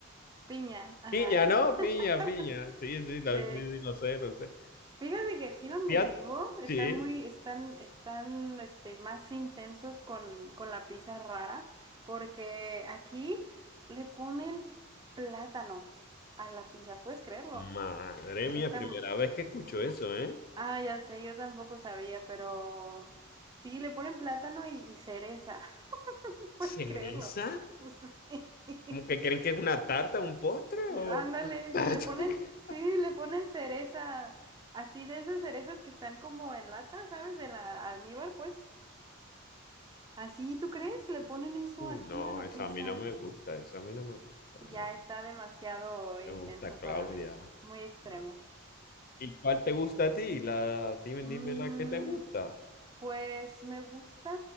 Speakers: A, on the right; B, on the left.
A: Piña, ajá.
B: piña, ¿no?
A: <laughs>
B: Piña, piña. Sí, sí, lo,
A: Sí.
B: sí, sí, lo sé, lo sé.
A: Fíjate que aquí donde
B: Fíjate,
A: vivo están
B: sí.
A: muy, están, están, este, más intensos con, con la pizza rara, porque aquí le ponen plátano a la pizza, ¿puedes creerlo?
B: Madre mía,
A: Están,
B: primera vez que escucho eso, ¿eh?
A: ah, ya sé, yo tampoco sabía, pero sí, le ponen plátano y, y cereza, <laughs> ¿puedes
B: ¿Cereza?
A: creerlo? <laughs> Sí.
B: ¿Cómo que creen que es una tarta, un postre o...?
A: Ándale,
B: <laughs>
A: se le ponen, sí, le ponen cereza, así de esas cerezas que están como en lata, ¿sabes? De la almíbar, pues. Así, ¿tú crees? Le ponen eso
B: Uy,
A: aquí
B: no,
A: a la
B: eso
A: pizza.
B: a mí no me gusta, eso a mí no me gusta,
A: Ya
B: no.
A: está demasiado intenso
B: Me gusta Claudia.
A: para mí, muy extremo.
B: Ah, ¿Y cuál te gusta a ti? La, dime,
A: Mm,
B: dime la que te gusta.
A: pues me gusta